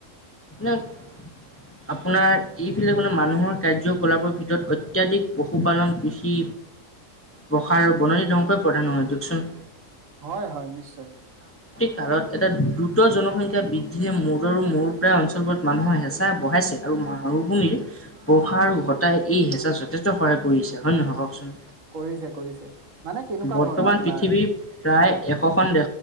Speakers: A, on the left; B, on the right.
A: আপোনাৰ এইবিলাক মানে মানুহৰ কাৰ্যকলাপৰ ভিতৰত অত্যাধিক পশুপালন, কৃষি প্ৰসাৰৰ বননি ধ্বংসই প্ৰধান হয় দিয়কচোন।
B: হয় হয় নিশ্চয়।
A: তাৰত এটা দু- উুত্ৰ জনসংখ্যা বৃদ্ধিয়ে মূদ আৰু মৌৰ প্ৰায় অঞ্চলবোৰত মানুহৰ হেঁচা বঢ়াইছে, আৰু মৰুভূমিৰ প্ৰসাৰ ঘটাই এই হেঁচা যথেষ্ট সহায় কৰিছে হয় নহয় কওকচোন?
B: কৰিছে কৰিছে মানে কেনেকুৱা
A: বৰ্তমান
B: ধৰণৰ আপোনাৰ
A: পৃথিৱীৰ প্ৰায়
B: হয়?
A: এশখন